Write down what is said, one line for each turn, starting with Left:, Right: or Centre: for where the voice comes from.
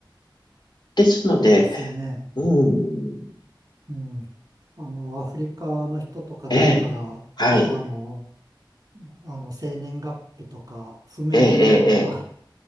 Left: ですので、
Right: そうですよね。
Left: うん、
Right: うん。あの、アフリカの人とかだったら、
Left: ええ、はい、
Right: 結構あの、あの、生年月日とか、不明のまま
Left: ええ、ええ、ええ